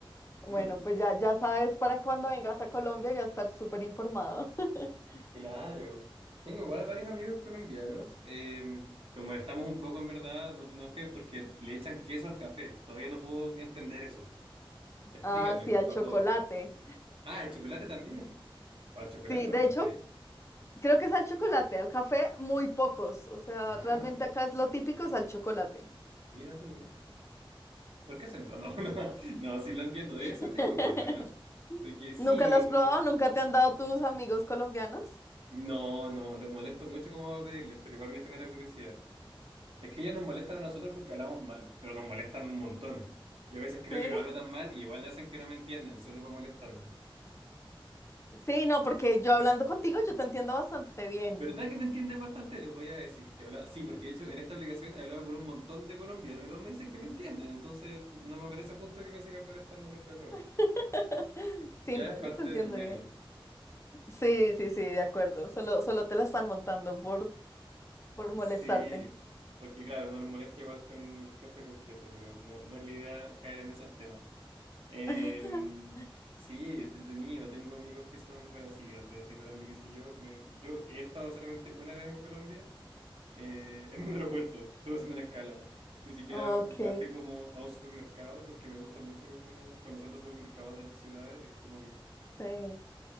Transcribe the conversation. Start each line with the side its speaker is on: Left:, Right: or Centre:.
Left: bueno,
Right: ¿Mm?
Left: pues ya, ya sabes para cuando vengas a Colombia ya estar súper informado. <laughs>
Right: Claro. Tengo igual varios amigos colombianos. Eh, los molestamos un poco, en verdad, no te enojes, porque le echan queso al café. Todavía no puedo entender eso. Explícame,
Left: Ah, sí,
Right: por
Left: al
Right: favor.
Left: chocolate.
Right: Ah, el chocolate también. ¿Para el chocolate
Left: Sí,
Right: o
Left: de
Right: para
Left: hecho,
Right: el café?
Left: Creo que es al chocolate, al café muy pocos. O sea,
Right: Ah,
Left: realmente acá es lo típico, es al chocolate.
Right: mira tú. ¿Por qué hacen eso? No, <laughs> no, no, sí lo entiendo. Debe
Left: <laughs>
Right: ser rico igual, ¿o no? Porque sí,
Left: ¿Nunca lo has
Right: como...
Left: probado? ¿Nunca te han dado tus amigos colombianos?
Right: No, no, los molesto mucho como a pedirles, pero igual me genera curiosidad. Es que ellos nos molestan a nosotros porque hablamos mal, pero nos molestan un montón. Yo a veces creo
Left: Sí.
Right: que no hablo tan mal y igual hacen que no me entienden, solo para molestarme.
Left: Sí, no, porque yo hablando contigo, yo te entiendo bastante bien.
Right: ¿Verdad que me entiendes bastante? Les voy a decir que he hablado. Sí, porque de hecho en esta aplicación he hablado con un montón de colombianos y todos me dicen que me entienden. Entonces no me parece justo que me sigan molestando porque hablo mal.
Left: <laughs> Sí,
Right: Ya
Left: no,
Right: es
Left: yo
Right: parte
Left: te entiendo
Right: del meme.
Left: bien. Sí, sí, sí, de acuerdo. Solo, solo te la están montando por, por molestarte.
Right: Sí, porque claro, uno los molesta igual con el café con queso, pero no, no es la idea caer en esos temas. Eh,
Left: <laughs>
Right: sí, entretenido. Tengo amigos que son, bueno, sí, de, de Colombia, qué sé yo. Me- yo he estado solamente una vez en Colombia, eh, en un <laughs> aeropuerto. Estuve haciendo una escala. Ni siquiera
Left: Ok,
Right: bajé como a un supermercado porque me gusta mucho como conocer los supermercados de las ciudades. Es como mi,
Left: sí.